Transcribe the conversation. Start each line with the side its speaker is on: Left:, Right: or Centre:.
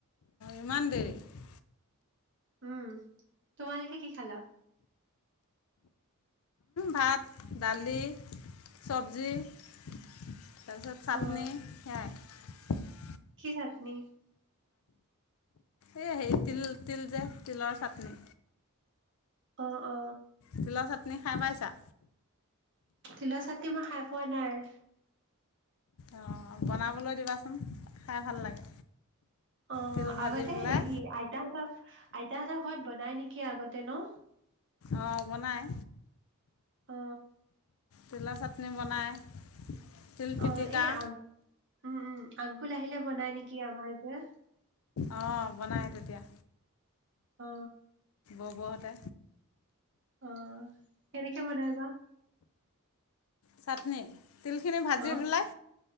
Left: ইমান দেৰি-
Right: উম তোমালোকে কি খালা।
Left: ভাত দালি চব্জি তাৰপছত চাটনি
Right: অ
Left: সেইয়াই <inaudible>
Right: কি চাটনি?
Left: এই সে তিল, তিল যে তিলৰ চাটনি।
Right: অ, অ।
Left: তিলৰ চাটনি খাই পাইছা?
Right: তিলৰ চাটনি মই খাই পোৱা নাই।
Left: অঁ বনাবলৈ দিবাচোন। খাই ভাল লাগে।
Right: অ
Left: তিল ভাজি
Right: আগতে
Left: পেলাই
Right: হেৰি আইতাহঁতৰ আইতাহঁতৰ ঘৰত বনাই নেকি আগতে ন?
Left: অ বনায়।
Right: অ।
Left: তিলৰ চাটনি বনায় তিল
Right: অ
Left: পিটিকা
Right: এই আ উম, উম। আংকুল আহিলে বনাই নেকি আমাৰ ইয়াত।
Left: অ বনাই তেতিয়া।
Right: অ।
Left: বৌহতে
Right: অ কেনেকে বনাই বা?
Left: চাটনি? তিল খিনি ভাজি
Right: অ
Left: পেলাই,